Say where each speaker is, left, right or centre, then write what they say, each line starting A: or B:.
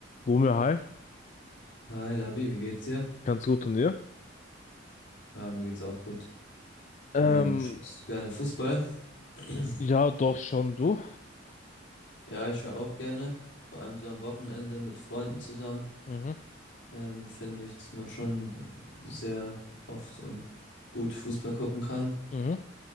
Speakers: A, on the left; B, on the left.
A: Romeo, hi,
B: Hi Labi, wie geht's dir?
A: ganz gut und dir?
B: Ja, mir geht's auch gut.
A: Ähm,
B: Ähm, schaust du gerne Fußball? <clears throat>
A: ja, doch schon, du.
B: Ja, ich schaue auch gerne. Vor allem so am Wochenende mit Freunden zusammen.
A: Mhm,
B: Ähm, finde ich, dass man schon sehr oft und gut Fußball gucken kann.
A: mhm,